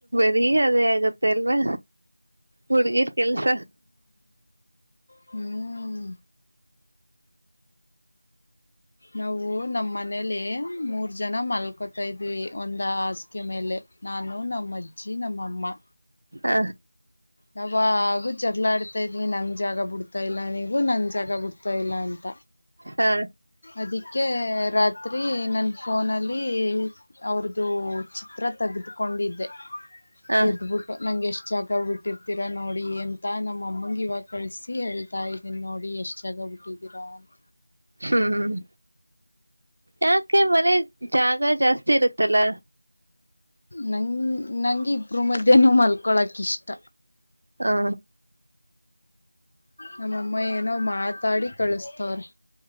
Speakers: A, on the right; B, on the left.
A: ಬರಿ ಅದೇ ಆಗತ್ತೆ ಅಲ್ವಾ ಹುಡ್ಗಿರ್ ಕೆಲ್ಸ
B: ಹ್ಮ್ ನಾವು ನಮ್ಮ ಮನೇಲಿ ಮೂರ್ ಜನ ಮಲ್ಕೊತಾ ಇದ್ವಿ ಒಂದ ಹಾಸಿಗೆೆ ಮೇಲೆ ನಾನು, ನಮ್ಮ ಅಜ್ಜಿ, ನಮ್ಮಅಮ್ಮ
A: ಹ
B: ಯಾವಾಗು ಜಗಳ ಆಡ್ತಾ ಇದ್ವಿ ನಂಗ ಜಾಗ ಬುಡ್ತಾ ಇಲ್ಲ ನೀವು ನಂಗ ಜಾಗ ಬುಡ್ತಾ ಇಲ್ಲ ಅಂತ
A: ಹಾ
B: ಅದಿಕ್ಕೆ ರಾತ್ರಿ ತ್ರಿ ನನ್ನ ಫೋನಲ್ಲಿ ಅವ್ರ್ದು ಚಿ ತ್ರ ತಗದಕೊಂಡಿದ್ದೆ
A: ಹ
B: ಎದ್ಬಿಟ್ಟು ನಂಗೆ ಎಷ್ಟ ಜಾಗ ಬಿಟ್ಟ ತಿರಾ ನೋಡಿ ಅಂತ ನಾ ನಮ್ಮ ಅಮ್ಮಂಗ ಇವಾಗ ಕಳಿಸಿ ಹೇಳ ಹೇಳತಾ ಇದ್ದೀನಿ ನೋಡಿ ಎಷ್ಟ್ ಜಾಗ ಬಿಟ್ಟಿದ್ದೀರಾ ಅಂತ
A: ಹ್ಮ್ ಹ್ಮ್ ಯಾಕ ಕೆ ಮನೆ ಜಾಗ ಜಾಸ್ತಿ ಇರತ್ತಲ್ಲ
B: ನಂ ನಂಗೆ ಇಬ್ರು ಮದ್ಯೆ ನು ಮಲ್ಕೊಳಕ ಇಷ್ಟ
A: ಹಾ
B: ನಮ್ಮಮ್ಮ ಏನೋ ಮಾತಾಡಿ ಕಳಸ್ತವ್ರೆ.